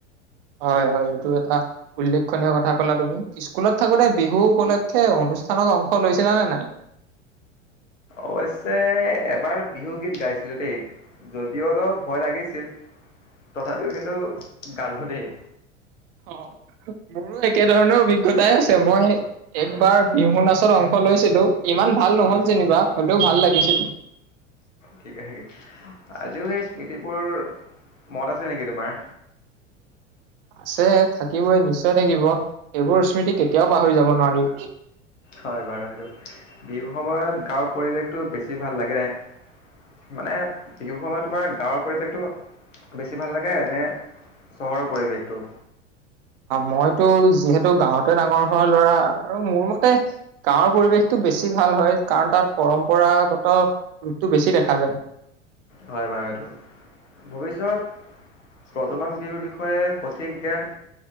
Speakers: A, on the right; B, on the left.
A: হয় হয় এইটো এটা উল্লেখনীয় কথা কলা তুমি স্কুলত থাকোতে বিহু উপলক্ষে অনুষ্ঠানত অংশ লৈছিলানে নাই
B: অৱশ্যে এবাৰ বিহু গীত গাইছিলো দেই যদিও অলপ ভয় লাগিছিল তথাপিও কিন্তু গালো দেই
A: অ মোৰো একেধৰণৰ অভিজ্ঞতাই আছে মই একবাৰ বিহু নাচত অংশ লৈছিলো ইমান ভাল নহল
B: উম
A: যেনিবা হলেও ভাল লাগিছিল
B: ঠিকে আজিও সেই স্মৃতিবোৰ মনত আছে নেকি তোমাৰ
A: আছে থাকিবই নিশ্চয় থাকিব এইবোৰ স্মৃতি কেতিয়াও পাহৰি যাব নোৱাৰি
B: হয় বাৰু সেইটো বিহুৰ সময়ত গাঁৱৰ পৰিৱেশটো বেছি ভাল লাগে ন মানে বিহু সময়ত তোমাৰ গাঁৱৰ পৰিৱেশটো বেছি ভাল লাগে নে চহৰৰ পৰিৱেশটো
A: মইতো যিহেতু গাঁৱতে ডাঙৰ হোৱা ল'ৰা আৰু মোৰ মতে গাঁৱৰ পৰিৱেশটো বেছি ভাল হয় কাৰণ তাত পৰম্পৰাগত ৰূপটো বেছি দেখা যায়
B: হয় বাৰু এইটো ভৱিষ্যত প <unintelligible> বিহুৰ বিষয়ে সঠিক জ্ঞান